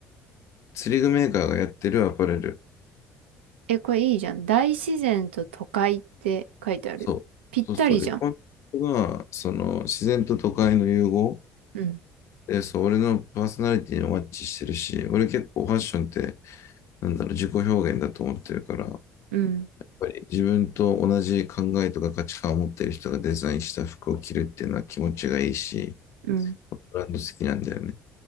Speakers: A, on the left (about 50°); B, on the right (about 80°).
A: 釣り具メーカーがやってるアパレル。
B: え、これいいじゃん。大自然と都会って書いてあるよ。
A: そう。
B: ぴったりじゃん。
A: そうすると、で、コンセプトが、その、自然と都会の融合。
B: うん。
A: で、そう、俺のパーソナリティにマッチしてるし、俺結構ファッションって、なんだろう、自己表現だと思ってるから、やっ
B: うん。
A: ぱり自分と同じ考えとか価値観を持ってる人がデザインした服を着るっていうのは気持ちがいいし、
B: うん。
A: ブランド好きなんだよね。